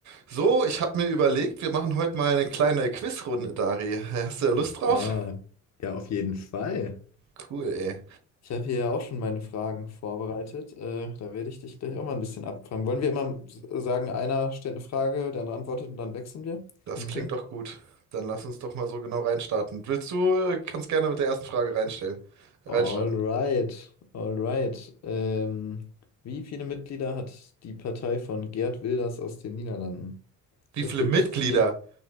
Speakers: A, on the right (about 65°); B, on the left (about 60°).
A: So, ich habe mir überlegt, wir machen heute mal eine kleine Quizrunde, Dari. Hast du da Lust drauf?
B: Ah, ja, auf jeden Fall.
A: Cool, ey.
B: Ich habe hier ja auch schon meine Fragen vorbereitet. Äh, da werde ich dich gleich auch mal ein bisschen abfragen. Wollen wir immer s- sagen, einer stellt eine Frage, der andere antwortet und dann wechseln wir?
A: Das
B: Hin und
A: klingt
B: her.
A: doch gut. Dann lass uns doch mal so genau reinstarten. Willst du, äh, kannst gerne mit der ersten Frage reinstellen, reinstarten.
B: Alright, alright. Ähm, wie viele Mitglieder hat die Partei von Geert Wilders aus den Niederlanden?
A: Wie
B: Es
A: viele
B: gibt
A: Mitglieder?
B: vier,